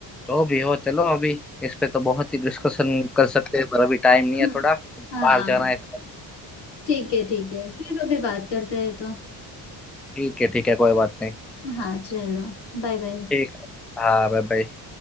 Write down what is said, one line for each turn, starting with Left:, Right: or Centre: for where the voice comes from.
Centre: जो भी हो चलो अभी इस पे तो बहुत ही डिस्कशन कर सकते हैं पर अभी टाइम नहीं
Left: <laughs>
Centre: है थोड़ा बाहर
Left: हाँ
Centre: जाना है तो
Left: ठीक है ठीक है फिर कभी बात करते हैं तो
Centre: ठीक है ठीक है कोई बात नहीं
Left: हाँ चलो बाय बाय
Centre: ठीक है हाँ बाय बाय